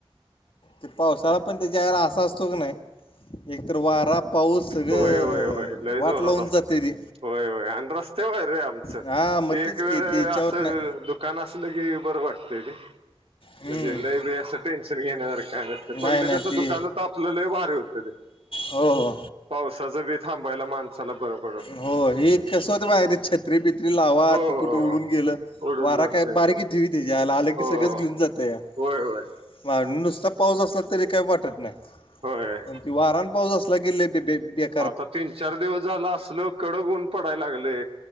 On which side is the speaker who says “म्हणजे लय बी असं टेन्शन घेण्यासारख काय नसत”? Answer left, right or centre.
Right